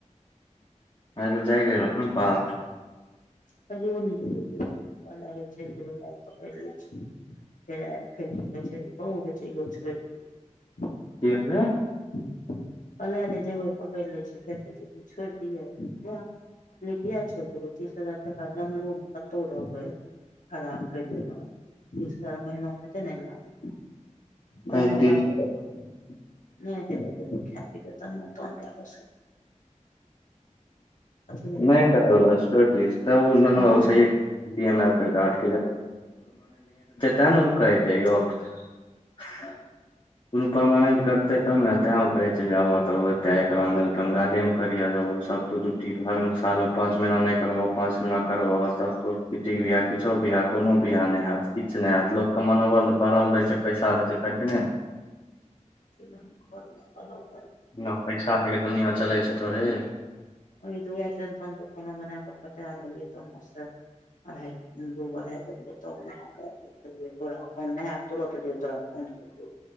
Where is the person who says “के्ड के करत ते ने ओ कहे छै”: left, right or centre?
Left